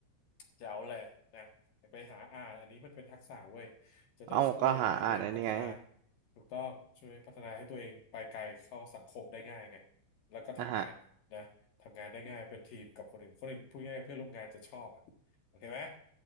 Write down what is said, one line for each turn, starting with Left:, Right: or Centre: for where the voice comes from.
Left: แจ๋วเลยนะไปหาอ่านอันนี้มันเป็นทักษะเว้ยจะได้ช่วยให้ตัวเองพัฒนา
Right: เอ้าก็หาอ่านอันนี้ไง
Left: ถูกต้องช่วยพัฒนาให้ตัวเองไปไกลเข้าสังคมได้ง่ายไงแล้วก็ทำงานนะทำงานได้ง่ายเป็นทีมกับคนอื่นคนอื่นพูดง่ายๆเพื่อนร่วมงานจะชอบอ่ะโอเคไหม
Right: อ่า